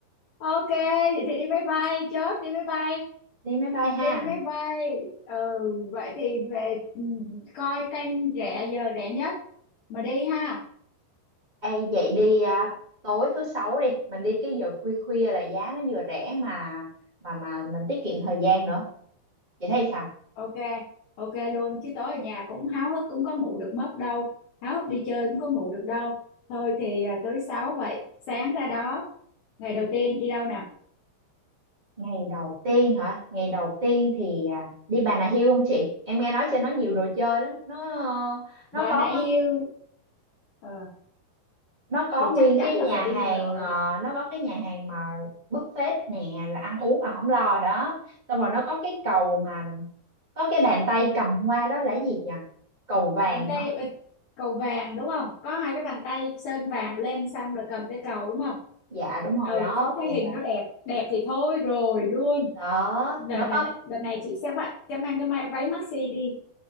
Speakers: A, on the left (about 65°); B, on the right (about 25°).
A: Ok, vậy thì đi máy bay, chốt đi máy bay,
B: đi máy bay ha
A: đi máy bay. Ừ, vậy thì về ừ, coi kênh rẻ giờ rẻ nhất mà đi ha.
B: Ê vậy đi à, tối thứ sáu đi mình đi cái giờ khuya khuya là giá nó vừa rẻ mà mà mà mình tiết kiệm thời gian nữa chị thấy sao
A: Ok, ok luôn. Chứ tối ở nhà cũng háo hức cũng có ngủ được mất đâu. Háo hức đi chơi cũng có ngủ được đâu. Thôi thì à, tới 6 vậy, sáng ra đó. Ngày đầu tiên đi đâu nè?
B: ngày đầu tiên hả ngày đầu tiên thì à, đi Bà Nà Hills không chị em nghe nói trên nó nhiều đồ chơi lắm nó ờ, nó
A: Bà
B: có
A: nãy yêu, ờ,
B: nó có
A: thì
B: nguyên
A: chắc chắn
B: cái
A: là
B: nhà
A: phải đi
B: hàng
A: rồi.
B: ờ, nó có cái nhà hàng mà buffet nè là ăn uống là không lo đó xong rồi nó có cái cầu mà có cái bàn tay cầm hoa đó là cái gì nhỉ cầu vàng
A: bàn tay
B: hả
A: ờ, cầu vàng đúng không có hai cái bàn tay sơn vàng lên xong rồi cầm cái cầu đúng không
B: dạ đúng rồi
A: ừ
B: đó
A: có
B: cầu
A: thấy hình
B: vàng
A: nó đẹp đẹp thì thôi rồi luôn
B: đó
A: đợt,
B: nó
A: đợt,
B: có
A: đợt này chị sẽ vậy sẽ mang cái mai- váy maxi đi